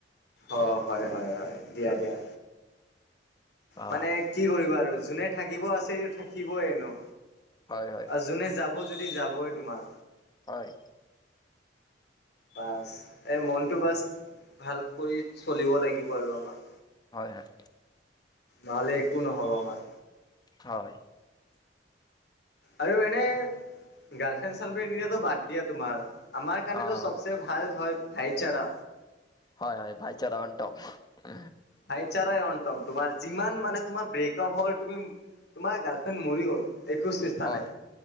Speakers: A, on the left (about 65°); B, on the left (about 25°).
A: অ, হয়-হয়-হয় দিয়া- দিয়া
B: অ
A: মানে কি কৰিবা আৰু যোনে থাকিব আছে ই থাকিবই এনো
B: হয় হয়
A: আৰু যোনে যাব <unintelligible> যদি যাবই তোমাৰ।
B: হয়।
A: বাচ এ মনটো বাচ ভাল কৰি চলিব লাগিব আৰু আমাৰ।
B: হয়- হয়।
A: নহ'লে একো নহ'ব আমাৰ।
B: হয়।
A: আৰু এনে গাৰ্লফ্ৰেণ্ড চালফ্ৰেণ্ড <unintelligible> তো বাদ দিয়া তোমাৰ। আমাৰ কাৰনে
B: অ
A: তো চবচে ভাল হয় ভাইচাৰা।
B: হয়-হয় ভাইচাৰা অনটপ।
A: ভাইচাৰাই অনটপ তোমাৰ যিমান মানে তোমাৰ ব্ৰেকআপ হ'ল তুমি তোমাৰ গাৰ্লফ্ৰেণ্ড মৰি গ'ল একো চেষ্টা
B: হয়
A: নাই।